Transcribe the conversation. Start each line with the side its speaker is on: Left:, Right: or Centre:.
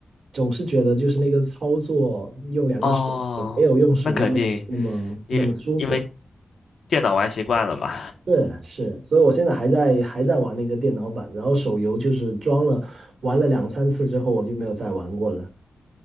Right: 总是觉得就是那个操作用两个手指没有用鼠标来那么那么舒服。
Left: 哦，那肯定，因因为电脑玩习惯了嘛。
Right: 是是，所以我现在还在还在玩那个电脑版，然后手游就是装了玩了两三次之后，我就没有再玩过了。